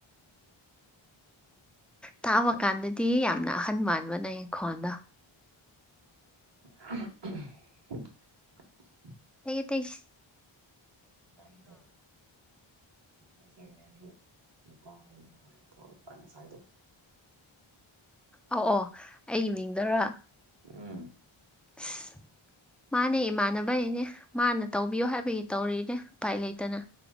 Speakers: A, in the centre; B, on the right.
A: ꯇꯥꯕ ꯀꯥꯟꯗꯗꯤ ꯌꯥꯝꯅ ꯑꯍꯟ ꯃꯥꯟꯕꯅꯦꯈꯣꯟꯗ
B: <inaudible>
A: ꯑꯩꯒꯤ ꯇꯁ
B: ꯂꯟꯗꯦ ꯑꯆꯔꯃꯦꯟꯒꯤ ꯅꯨꯄꯥꯒꯤꯅꯤꯅ ꯊꯣꯛꯂꯛꯄ ꯉ ꯁꯁꯋꯥꯥꯏꯗꯣꯛ
A: ꯑ ꯑꯣ ꯑꯩꯒꯤ ꯃꯤꯡꯗꯔ
B: ꯎꯝ
A: ꯑ ꯃꯥꯅꯦ ꯏꯃꯥꯟꯅꯕꯩꯅꯦ ꯃꯥꯅ ꯇꯧꯕꯤꯌꯣ ꯍꯥꯏꯕꯒꯤ ꯇꯧꯔꯤꯅꯦ ꯎꯄꯥꯏ ꯂꯩꯇꯅ